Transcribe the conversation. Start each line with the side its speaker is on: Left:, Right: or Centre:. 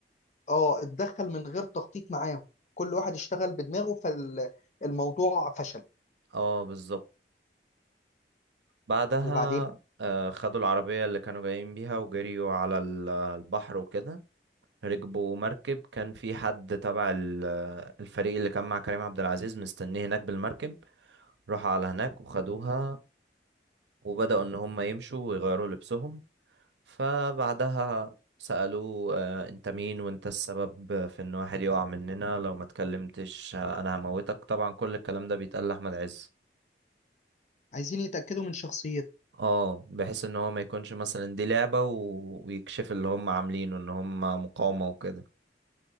Left: اه اتدخل من غير تخطيط معاهم كل واحد اشتغل بدماغه فالموضوع فشل
Right: اه بالظبط بعدها
Left: وبعدين
Right: آه، خدوا العربية اللي كانوا جايين بيها وجريوا على ال- البحر وكده ركبوا مركب كان في حد تبع ال- الفريق اللي كان مع كريم عبد العزيز مستنيه هناك بالمركب راحوا على هناك وخدوها وبدأوا إن هم يمشوا ويغيروا لبسهم فبعدها سألوه آه، انت مين وانت السبب في ان واحد يقع مننا لو ما اتكلمتش آه، انا هموتك طبعا كل الكلام ده بيتقال لأحمد عز
Left: عايزين يتاكدوا من شخصيته
Right: اه بحيث ان هو ما يكونش مثلا دي لعبة و... ويكشف اللي هم عاملينه ان هم مقاومة وكده